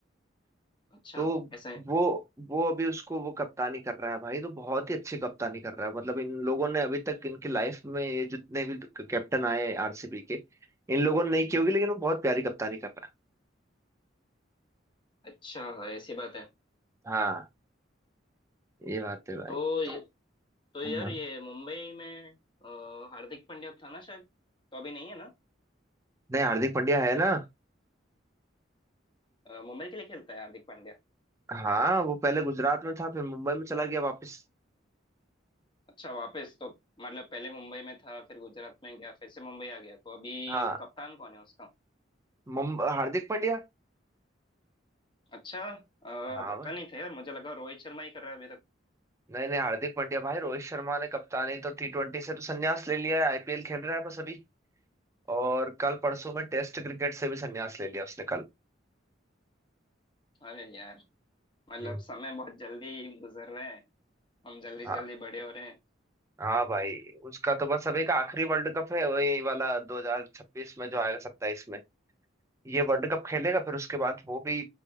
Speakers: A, on the left (about 25°); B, on the right (about 15°).
A: अच्छा
B: तो
A: ऐसा है
B: वो वो अभी उसको वो कप्तानी कर रहा है भाई तो बहुत ही अच्छी कप्तानी कर रहा है मतलब इन लोगों ने अभी तक इनकी लाइफ में ये जितने भी कैप्टन आए आरसीबी के इन लोगों ने नहीं की होगी लेकिन वो बहुत प्यारी कप्तानी कर रहा
A: अच्छा ऐसी बात है
B: है हाँ ये बात है भाई
A: तो ये-
B: तो
A: तो यार
B: हाँ
A: ये मुंबई में अ, हार्दिक पांड्या था ना शायद तो अभी नहीं है ना
B: नहीं हार्दिक पांड्या है ना
A: अ, मुंबई के लिए खेलता है हार्दिक पांड्या
B: हाँ वो पहले गुजरात में था फिर मुंबई में चला गया वापस
A: अच्छा वापस तो मतलब पहले मुंबई में था फिर गुजरात में गया फिर से मुंबई आ गया तो अभी
B: हाँ
A: कप्तान कौन है उसका
B: मुंबई हार्दिक पांड्या
A: अच्छा अ,
B: हाँ
A: पता
B: भाई
A: नहीं था यार मुझे लगा रोहित शर्मा ही कर रहा है अभी तक
B: नहीं नहीं हार्दिक पांड्या भाई रोहित शर्मा ने कप्तानी तो टी ट्वेंटी से तो संन्यास ले लिया है आईपीएल खेल रहा है बस अभी और कल परसों में टेस्ट क्रिकेट से भी संन्यास ले लिया उसने कल
A: अरे यार मतलब
B: हम्म
A: समय बहुत जल्दी गुजर रहे हैं हम जल्दी
B: हाँ
A: जल्दी बड़े हो रहे हैं
B: हाँ भाई उसका तो बस अभी का आखिरी वर्ल्ड कप है वही वाला 2026 में जो आएगा 27 में ये वर्ल्ड कप खेलेगा फिर उसके बाद वो भी